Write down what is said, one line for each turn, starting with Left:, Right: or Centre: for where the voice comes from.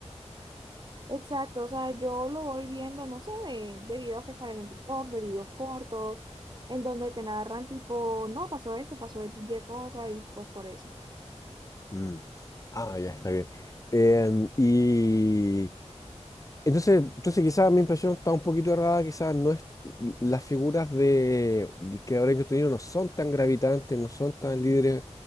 Right: Exacto, o sea, yo lo voy viendo, no sé, de, de videos que salen en TikTok, de videos cortos, en donde te narran tipo, no, pasó esto, pasó Y cosa, y pues por eso.
Left: Mm. Ah, ya está bien. Em, y entonces, entonces quizás mi impresión está un poquito errada, quizás no es, las figuras de del creador de contenido no son tan gravitantes, no son tan líderes